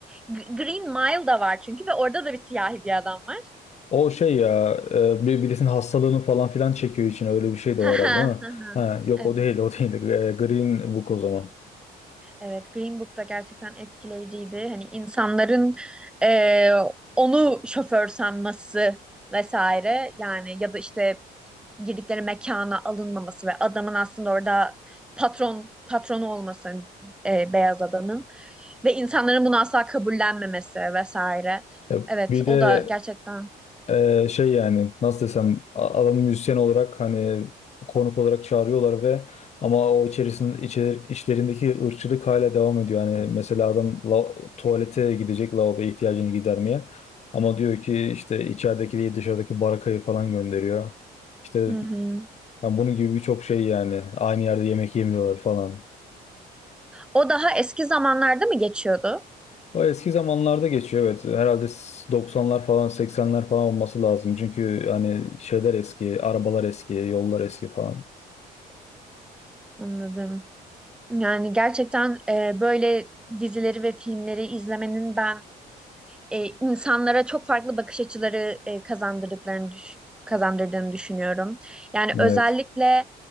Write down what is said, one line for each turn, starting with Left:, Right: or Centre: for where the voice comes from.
Centre: Green Mile da var çünkü ve orada da bir siyahi bir adam var.
Left: O şey ya, e, bir birisinin hastalığını falan filan çekiyor için öyle bir şey de
Centre: <laughs>
Left: var herhalde değil mi? Ha, yok
Centre: Evet.
Left: o değil, o değil. E, Green Book o zaman.
Centre: Evet, Green Book da gerçekten etkileyiciydi. Hani insanların e, onu şoför sanması vesaire yani ya da işte girdikleri mekana alınmaması ve adamın aslında orada patron patronu olması e, beyaz adamın. Ve insanların bunu asla kabullenmemesi vesaire.
Left: Ya
Centre: Evet,
Left: bir de
Centre: o da gerçekten.
Left: e, şey yani nasıl desem a- adamı müzisyen olarak hani konuk olarak çağırıyorlar ve ama o içerisinde içer, içlerindeki ırkçılık hala devam ediyor. Yani mesela adam la- tuvalete gidecek lavaboya ihtiyacını gidermeye ama diyor ki işte içerideki değil dışarıdaki barakayı falan gönderiyor. İşte
Centre: Hı hı.
Left: yani bunun gibi birçok şey yani aynı yerde yemek yemiyorlar falan.
Centre: O daha eski zamanlarda mı geçiyordu?
Left: O eski zamanlarda geçiyor evet. Herhalde s- 90'lar falan 80'ler falan olması lazım. Çünkü hani şeyler eski, arabalar eski, yollar eski falan.
Centre: Anladım. Yani gerçekten e, böyle dizileri ve filmleri izlemenin ben e, insanlara çok farklı bakış açıları e, kazandırdıklarını düş- kazandırdığını düşünüyorum. Yani
Left: Evet.
Centre: özellikle